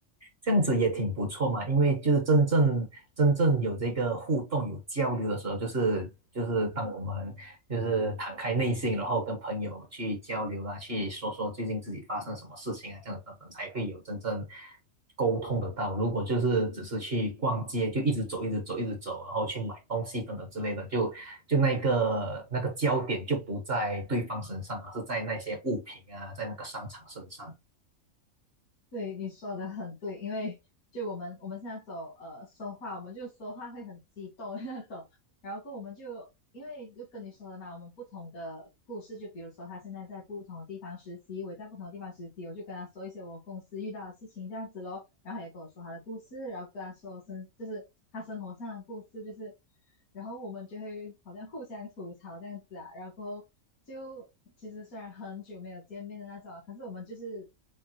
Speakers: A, on the right; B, on the left.
A: 这样子也挺不错嘛，因为就是真正真正有这个互动、有交流的时候，就是就是当我们就是敞开内心，然后跟朋友去交流啦，去说说最近自己发生什么事情啊，这样子等等，才会有真正沟通得到。如果就是只是去逛街，就一直走、一直走、一直走，然后去买东西等等之类的，就就那个那个焦点就不在对方身上，而是在那些物品啊，在那个商场身上。
B: 对，你说的很对，因为就我们我们现在走呃说话，我们就说话会很激动的那种，然后跟我们就因为就跟你说了嘛，我们不同的故事，就比如说他现在在不同的地方实习，我也在不同的地方实习，我就跟他说一些我公司遇到的事情这样子咯，然后他也跟我说他的故事，然后跟他说生就是他生活上的故事，就是然后我们就会好像互相吐槽这样子啊，然后过后就其实虽然很久没有见面的那种啊可是我们就是